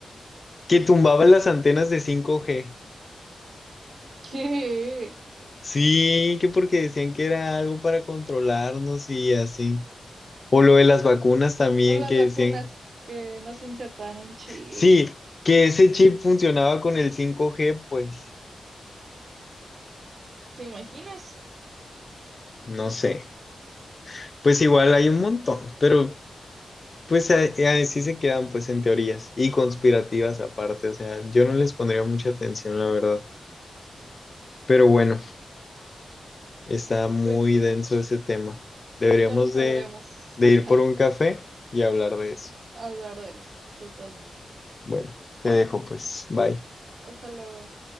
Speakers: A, on the left; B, on the right.
A: Que tumbaban las antenas de 5G.
B: ¿Qué?
A: Sí, que porque decían que era algo para controlarnos y así. O lo de las vacunas también
B: No las
A: que
B: vacunas
A: decían.
B: que nos insertaron chip.
A: Sí, que ese chip funcionaba con el 5G, pues
B: ¿Te imaginas?
A: no sé. Pues igual hay un montón, pero pues a- así se quedan pues en teorías y conspirativas aparte. O sea, yo no les pondría mucha atención, la verdad. Pero bueno. Está muy
B: Pues sí,
A: denso ese tema. Deberíamos
B: nunca lo sabremos
A: de, de
B: <laughs>
A: ir por un café y hablar de eso.
B: hablar de eso, totalmente.
A: Bueno, te dejo pues. Bye.
B: Hasta luego.